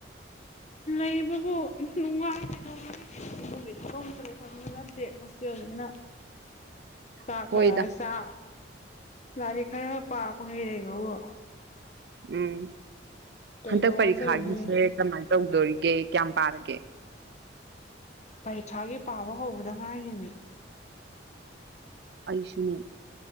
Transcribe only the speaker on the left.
ꯂꯩꯕꯕꯨ ꯅꯨꯡꯉꯥꯏ ꯀꯩꯗꯧꯔꯨꯅꯤ ꯏꯃꯨꯡꯒꯤ ꯊꯕꯛ ꯑꯝꯇꯥ ꯂꯣꯏꯁꯟꯕꯁꯨ ꯅꯠꯇꯦ ꯍꯣꯁꯇꯦꯜꯅꯤꯅ
ꯆꯥꯛ
ꯈꯔ ꯆꯥ ꯂꯥꯏꯔꯤꯛ ꯈꯔ ꯄꯥ ꯄꯪꯂꯩ ꯂꯩꯕꯕꯨ
ꯀꯩꯗ
ꯋꯥꯖꯔꯨꯅꯤ
ꯄꯔꯤꯈ꯭ꯌꯥꯒꯤ ꯄꯥꯕ ꯍꯧꯕꯗ ꯉꯥꯏꯔꯤꯃꯦ